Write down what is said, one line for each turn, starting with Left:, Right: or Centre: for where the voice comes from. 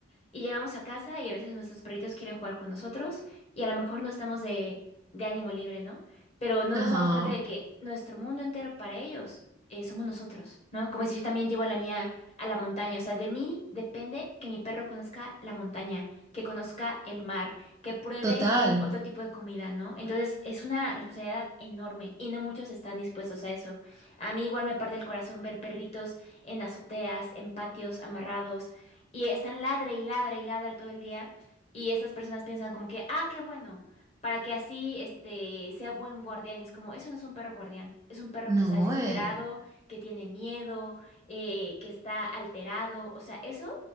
Left: Y llegamos a casa y a veces nuestros perritos quieren jugar con nosotros y a lo mejor no estamos de, de ánimo libre, ¿no? Pero no
Right: Ajá,
Left: nos damos cuenta de que nuestro mundo entero para ellos eh, somos nosotros, ¿no? Como si yo también llevo a la mía a la montaña, o sea, de mí depende que mi perro conozca la montaña, que conozca el mar, que pruebe
Right: total.
Left: otro tipo de comida, ¿no? Entonces es una responsabilidad enorme y no muchos están dispuestos a eso. A mí igual me parte el corazón ver perritos en azoteas, en patios amarrados y están ladre y ladre y ladre todo el día. Y esas personas piensan como que, ah, qué bueno, para que así este sea buen guardián. Y es como, eso no es un perro guardián, es un perro
Right: No,
Left: que está desesperado,
Right: eh,
Left: que tiene miedo, eh, que está alterado. O sea, eso,